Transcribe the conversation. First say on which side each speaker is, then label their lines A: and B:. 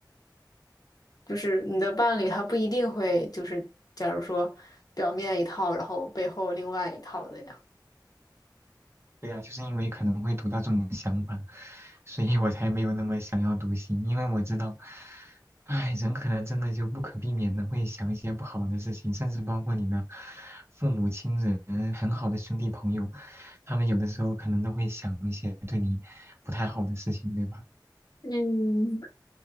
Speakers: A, on the left (about 55°); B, on the right (about 35°).
A: 就是你的伴侣他不一定会就是假如说表面一套，然后背后另外一套的呀。
B: 对啊，就是因为可能会读到这种想法，所以我才没有那么想要读心，因为我知道，唉，人可能真的就不可避免的会想一些不好的事情，甚至包括你的父母亲人、很好的兄弟朋友，他们有的时候可能都会想一些对你不太好的事情，对吧？
A: 嗯，